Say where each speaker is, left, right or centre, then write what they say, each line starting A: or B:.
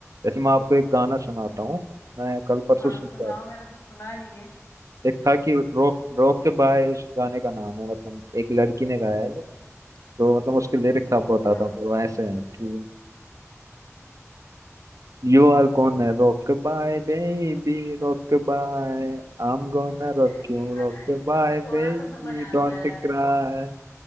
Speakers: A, on the right; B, on the left.
A: जैसे मैं आपको एक गाना सुनाता हूँ मैं कल परसों
B: हाँ
A: सुनता
B: सुनाओ मैंने तो सुना नहीं है
A: एक था कि रोक रोक के बाय उस गाने का नाम है मतलब एक लड़की ने गाया है ये। तो मतलब उसके लिरिक्स आपको
B: अच्छा
A: बताता हूँ तो वो ऐसे है कि यू आर कौन है rock bye baby rock bye I am gonna
B: <laughs>
A: rock you
B: इतना
A: rock bye
B: थो, थोड़ा
A: baby
B: सा समझ आता
A: don't
B: है
A: cry